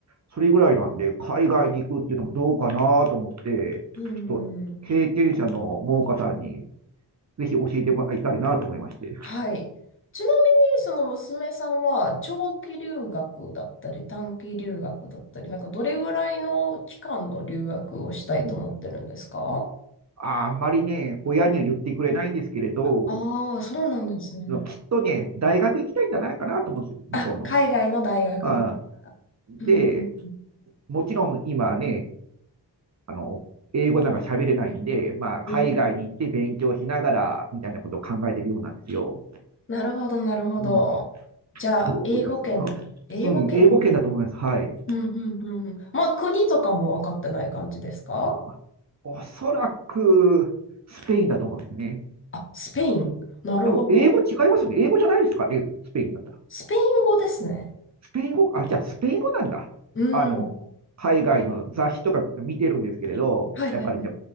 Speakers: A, on the right; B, on the left.
A: それぐらいなんで、海外に行くっていうのもどうかなと思って、
B: うーん、
A: ちょっと経験者の桃花さんにぜひ教えてもらいたいなと思いまして。
B: はい。ちなみに、その娘さんは長期留学だったり、短期留学だったり、なんかどれぐらいの期間の留学をしたいと思ってるんですか
A: うんああんまりね、親には言ってくれないんですけれど、
B: ああー、そうなんですね。
A: きっとね、大学行きたいんじゃないかなと思うんですよ、向こうの。
B: あ、海外の大学に。
A: あで、
B: うん、うん、
A: もちろん今ね、あの、英語なんか喋れないんで、まあ、海外に行って勉強しながらみたいなことを考えてるようなんですよ。
B: うん。うんなるほど、なるほど。
A: うん。
B: じゃあ、
A: どう思いますは
B: 英語圏、英語圏でいる、
A: うん、英語圏だと思います。はい。
B: うんうんうんうん。まあ、国とかも分かってない感じですか
A: あー、おそらく、スペインだと思うんですね。
B: あ、スペイン。なるほど。
A: でも、英語違いますよね。英語じゃないですかね、スペインだったら。
B: スペイン語ですね。
A: スペイン語、あ、じゃあ、スペイン語なんだ。
B: うん。
A: あの、海外の雑誌とか見てるんですけれど、
B: はいはいはい。
A: やっぱりね、